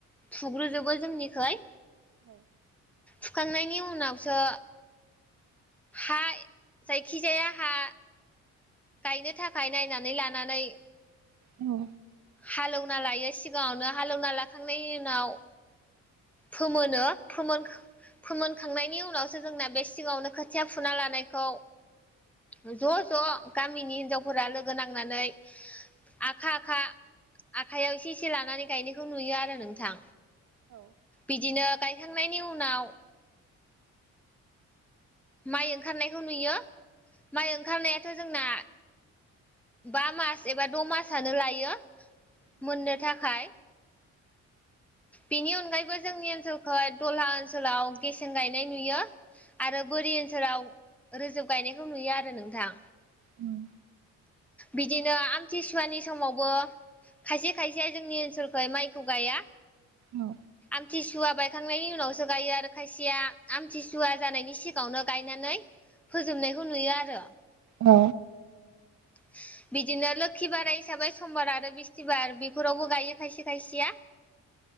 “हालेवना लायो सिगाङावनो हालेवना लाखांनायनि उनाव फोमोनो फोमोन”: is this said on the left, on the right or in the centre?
Centre